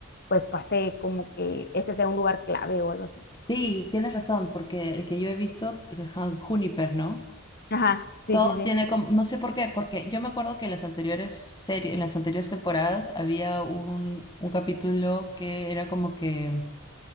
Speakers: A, on the left; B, on the left.
A: pues, pase como que ese sea un lugar clave o algo así.
B: Sí, tienes razón, porque el que yo he visto, eh, Jun- Juniper, ¿no?
A: Ajá, sí,
B: Todo
A: sí, sí.
B: tiene como, no sé por qué, porque yo me acuerdo que en las anteriores series, en las anteriores temporadas había un, un capítulo que era como que